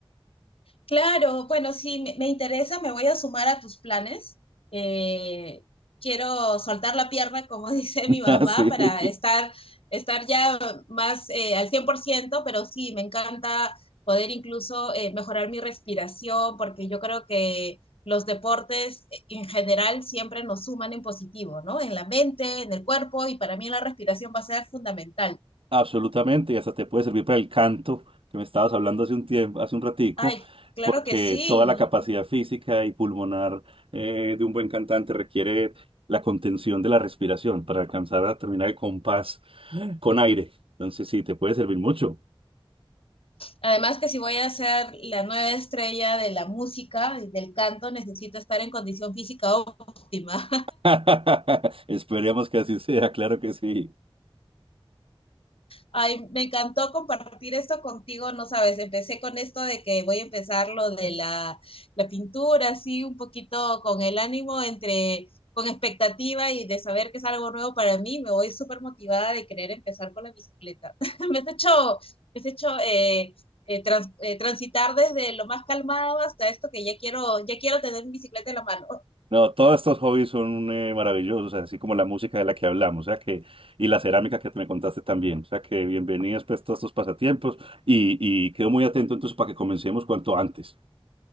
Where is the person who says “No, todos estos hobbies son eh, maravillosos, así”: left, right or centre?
Right